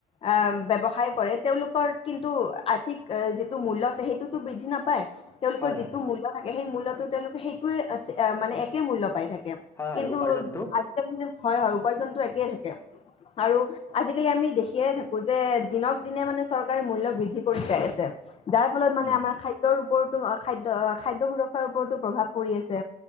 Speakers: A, on the left; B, on the left.
A: আ ব্যৱসায় কৰে তেওঁলোকৰ কিন্তু আৰ্থিক এ যিটো মূল্য আছে, সেইটোতো বৃদ্ধি নাপায় তেওঁলোকৰ
B: হয়
A: যিটো
B: হয়
A: মূল্য থাক সেই মূল্যতো তেওঁলোকে সেইটোৱে এচ এ মানে একে মূল্য পাই থাকে।
B: হয়
A: কিন্তু,
B: হয় উপাৰ্জনটো
A: আজিকালি হয়, হয় উপাৰ্জনটো একেই থাকে, আৰু আজিকালি আমি দেখিয়ে থাকো যে, দিনক দিনে মানে চৰকাৰে মূল্য বৃদ্ধি কৰি চাই আছে। যাৰ ফলত মানে
B: উম
A: আমাৰ খাদ্যৰ ওপৰতো অ', খাদ্য, খাদ্য সুৰক্ষাৰ ওপৰতো প্ৰভাৱ পৰি আছে।